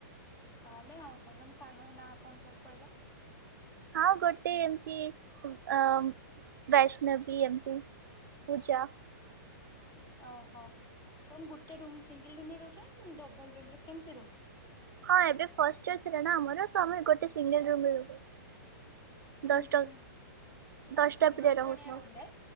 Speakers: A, on the left (about 25°); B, on the right (about 75°).
A: <unintelligible> ତମ ସାଙ୍ଗଙ୍କ ନା କଣ ସବୁ କହିଲ।
B: ହଁ ଗୋଟେ ଏମିତି ଅ ବୈଷ୍ଣବୀ ଏମିତି ପୂଜା।
A: ଓହୋ ତମ ଗୋଟେ ରୁମ୍ ସିଙ୍ଗଲ ରୁମ ରେ ରହୁଚ ନା ଡବଲ ରୁମ ରେ କେମିତି ରୁମ୍।
B: ହଁ ଏବେ ଫଷ୍ଟ ଇୟର ଥିଲା ନା ଆମର ତ ଆମେ ଗୋଟେ ସିଙ୍ଗଲ ରୁମ୍ ରେ ରହୁ।
A: ଉଁ
B: ଦଶଟା
A: ହୁଁ
B: ଦଶଟା ପିଲା
A: ଦଶ
B: ରହୁଥାଉ
A: ଜଣିଆ ରୁମ ରେ?